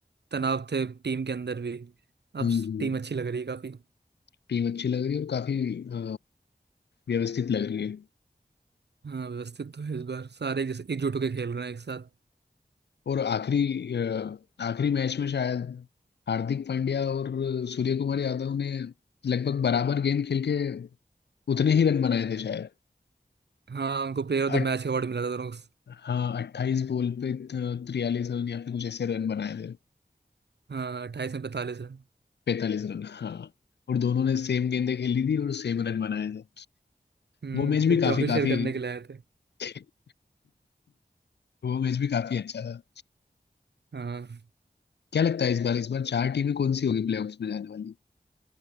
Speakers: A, on the right (about 85°); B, on the left (about 90°).
A: तनाव थे टीम के अंदर भी अब
B: हम्म हम्म।
A: टीम अच्छी लग रही है काफी
B: टीम अच्छी लग रही है और काफी अ, व्यवस्थित लग रही है
A: हाँ व्यवस्थित तो है इस बार सारे जैसे एकजुट होकर खेल रहे हैं एक साथ
B: और आखिरी अ, आखिरी मैच में शायद हार्दिक पांड्या और सूर्य कुमार यादव ने लगभग बराबर गेंद खेल के उतने ही रन बनाए थे शायद
A: हाँ उनको player
B: अट,
A: of the match award मिला था दोनों को।
B: हाँ अट्ठाईस बॉल पे तिरयालीस रन या फिर कुछ ऐसे रन बनाए थे
A: हाँ अट्ठाईस में पैंतालीस रन।
B: पैंतालीस रन हाँ और दोनों ने सेम गेंदें खेली थी और सेम रन बनाए थे
A: हम्म
B: वो मैच
A: फिर
B: भी काफी
A: ट्रॉफी शेयर
B: काफी
A: करने के लिए आए थे
B: <laughs> वो मैच भी काफी अच्छा था
A: हाँ
B: क्या लगता है इस बार इस बार चार टीमें कौन सी होगी प्लेऑफ्स में जाने वाली